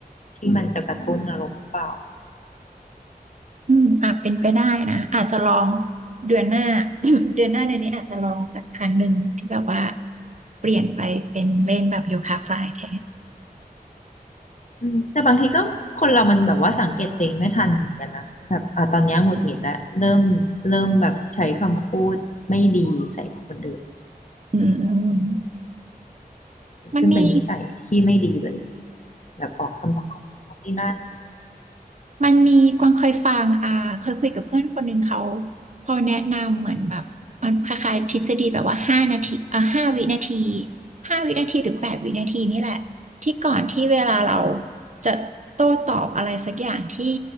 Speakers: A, on the left (about 50°); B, on the right (about 50°).
A: ที่มันจะกระตุ้นอารมณ์หรือเปล่า
B: อมอาจเป็นไปได้นะอาจจะลองเดือนหน้า <coughs> เดือนหน้าเดือนนี้อาจจะลองสักครั้งหนึ่งที่แบบว่าเปลี่ยนไปเป็นเล่นแบบโยคะฟลายแทน
A: อืมแต่บางทีก็คนเรามันแบบว่าสังเกตตัวเองไม่ทันเหมือนกันนะแบบอ่ะตอนเนี้ยหงุดหงิดแล้วเริ่มเริ่มแบบใช้คำพูดไม่ดีใส่คนอื่น
B: อืมมันมี
A: ซึ่งเป็นนิสัยที่ไม่ดีเลยแบบออกคำสั่งนี่นน
B: มันมีกวางเคยฟังอ่าเคยคุยกับเพื่อนคนหนึ่งเขาเขาแนะนำเหมือนแบบมันคล้ายๆทฤษฎีแบบว่าห้านาทีอ่าห้าวินาทีห้าวินาทีหรือแปดวินาทีนี่แหละที่ก่อนที่เวลาเราจะโต้ตอบอะไรสักอย่างที่